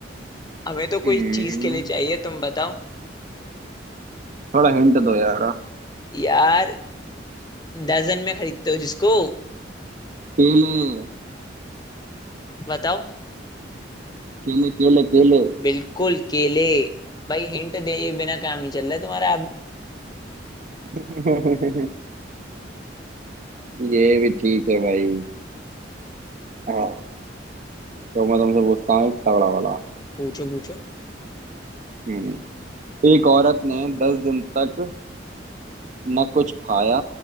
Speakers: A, on the left; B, on the right.
A: हमें तो
B: हम्म
A: कोई चीज के लिए चाहिए तुम बताओ
B: थोड़ा हिंट दो यार
A: यार डजन में खरीदते हो जिसको
B: केले
A: बताओ
B: केले केले केले
A: बिल्कुल केले भाई हिंट दे बिना काम नहीं चल रहा है तुम्हारा आप
B: <laughs> ये भी ठीक है भाई हाँ तो मैं तुमसे पूछता हूँ एक तगड़ा वाला
A: पूछो पूछो
B: हम्म एक औरत ने दस दिन तक न कुछ खाया